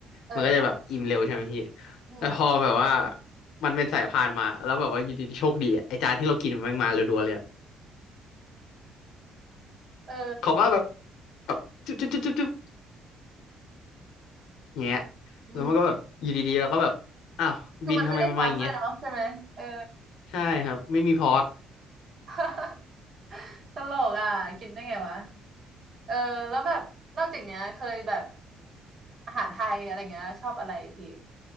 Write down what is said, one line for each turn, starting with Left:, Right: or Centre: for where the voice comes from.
Right: เออ
Left: มันก็จะแบบอิ่มเร็วใช่ไหมพี่
Right: อืม
Left: แต่พอแบบว่ามันเป็นสายพานมาแล้วแบบว่าอยู่ดีๆโชคดีอะไอจานที่เรากินมันมาเรัวๆเลยอะ
Right: เออ
Left: เขาก็แบบจุ๊บจุ๊บจุ๊บจุ๊บจุ๊บอย่างเงี้ย
Right: อืม
Left: แล้วมันก็แบบอยู่ดีๆแล้วก็แบบอ้าวบินทำไมมันมาอย่างเงี้ย
Right: คือมันไม่ได้พักด้วยเนาะใช่ไหมเออ
Left: ใช่ครับไม่มีพอร์ต
Right: <laughs> ตลกอ่ะกินได้ไงวะเออแล้วแบบนอกจากเนี้ยเคยแบบอาหารไทยอะไรเงี้ยชอบอะไรพี่